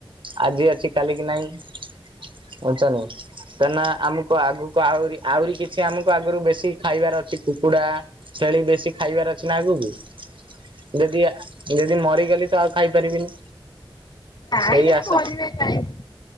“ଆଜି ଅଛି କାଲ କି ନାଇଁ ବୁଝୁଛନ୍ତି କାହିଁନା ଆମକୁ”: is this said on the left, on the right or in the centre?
Right